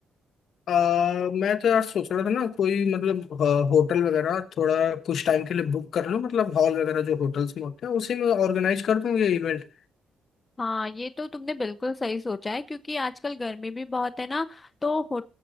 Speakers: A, on the left (about 65°); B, on the left (about 25°).
A: आ, मैं तो यार सोच रहा था ना कोई मतलब होटल वगैरह थोड़ा कुछ टाइम के लिए बुक कर लूँ मतलब हॉल वगैरह जो होटल्स में होते हैं उसी में ऑर्गेनाइज कर दूँ ये इवेंट
B: हाँ ये तो तुमने बिल्कुल सही सोचा है क्योंकि आजकल गर्मी भी बहुत है ना तो हो